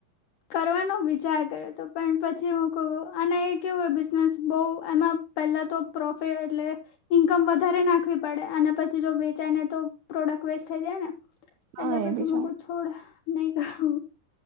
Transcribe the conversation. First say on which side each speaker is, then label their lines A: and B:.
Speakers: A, on the left; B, on the right.
A: કરવાનો વિચાર કર્યો તો પણ પછી હું કઉં અને એ કેવું એ બિઝનેસ બહુ એમાં પહેલાં તો પ્રોફિટ એટલે ઈન્કમ વધારે નાખવી પડે અને પછી જો વેચાય નય તો પ્રોડક્ટ વેસ્ટ થઈ જાય ને
B: હા
A: એટલે
B: એ
A: પછી
B: બી
A: મુ
B: છે
A: કઉં છોડ નહી કરું.